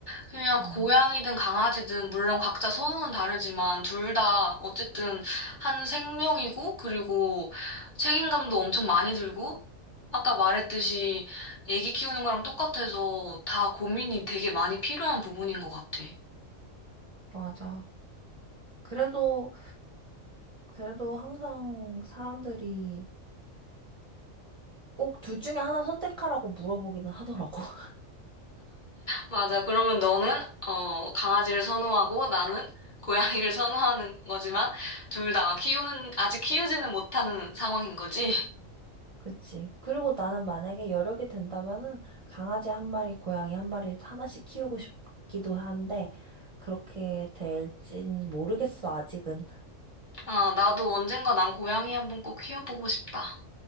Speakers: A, on the left; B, on the right.
A: 그냥
B: 음,
A: 고양이든 강아지든 물론 각자 선호는 다르지만 둘 다 어쨌든 한 생명이고 그리고 책임감도 엄청 많이 들고 아까 말했듯이 애기 키우는 거랑 똑같아서 다 고민이 되게 많이 필요한 부분인 것 같아.
B: 맞아. 그래도 그래도 항상 사람들이 꼭 둘 중에 하나 선택하라고 물어보기는 하더라고. <laughs>
A: 맞아. 그러면 너는 어 강아지를 선호하고 나는 고양이를 선호하는 거지만 둘 다 키우는 아직 키우지는 못하는 상황인 거지?
B: 그치. 그리고 나는 만약에 여력이 된다면은 강아지 한 마리, 고양이 한 마리 하나씩 키우고 싶기도 한데 그렇게 될지는 모르겠어, 아직은.
A: 아, 나도 언젠가 난 고양이 한번 꼭 키워보고 싶다.